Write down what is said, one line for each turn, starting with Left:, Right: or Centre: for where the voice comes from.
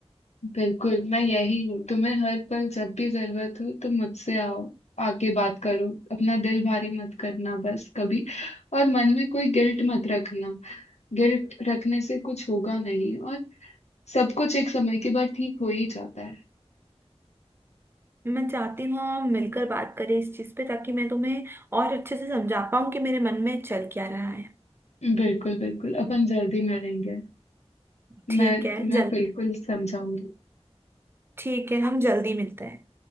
Left: बिल्कुल मैं यही हूँ तुम्हें हर पल जब भी जरूरत हो तुम मुझसे आओ आके बात करो अपना दिल भारी मत करना बस कभी और मन में कोई गिल्ट मत रखना गिल्ट रखने से कुछ होगा नहीं और सब कुछ एक समय के बाद ठीक हो ही जाता है
Right: मैं चाहती हूँ हम मिलकर बात करें इस चीज़ पे ताकि मैं तुम्हें और अच्छे से समझा पाऊँ कि मेरे मन में चल क्या रहा है
Left: बिल्कुल बिल्कुल अपन जल्दी मिलेंगे
Right: ठीक
Left: मैं
Right: है
Left: तुम्हें
Right: जल्दी
Left: बिल्कुल समझाऊंगी
Right: ठीक है हम जल्दी मिलते हैं